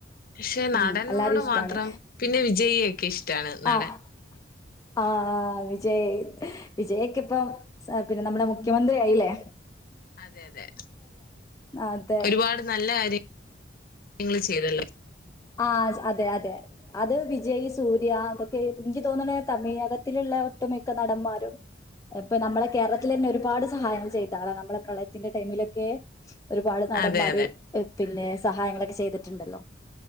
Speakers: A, on the left; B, on the left.
A: പക്ഷെ നടനോട്
B: ഉം എല്ലാരും ഇഷ്ടാണ്
A: മാത്രം പിന്നെ വിജയിയൊക്കെ ഇഷ്ടാണ് നടൻ
B: ആഹ് ആഹ് വിജയ് വിജയ്ക്ക് ഇപ്പം പിന്നെ നമ്മുടെ മുഖ്യമന്ത്രിയായില്ലേ
A: അതെ അതെ
B: അതെ
A: ഒരുപാട് നല്ല കാര്യങ്ങൾ ചെയതല്ലേ
B: ആ അതെ അതെ അത് വിജയ് സൂര്യ അതൊക്കെ എനിക്ക് തോന്നണ തമിഴകത്തിലുള്ള ഒട്ടുമിക്ക നടന്മാരും ഇപ്പൊ നമ്മളെ കേരളത്തിൽ തന്നെ ഒരുപാട് സഹായങ്ങൾ ചെയ്താളാണ് നമ്മളെ പ്രളയത്തിന്റെ ടൈമിലൊക്കെ ഒരുപാട് നടന്മാര്
A: അതെ അതെ
B: പിന്നെ സഹായങ്ങളൊക്കെ ചെയ്തിട്ടുണ്ടല്ലോ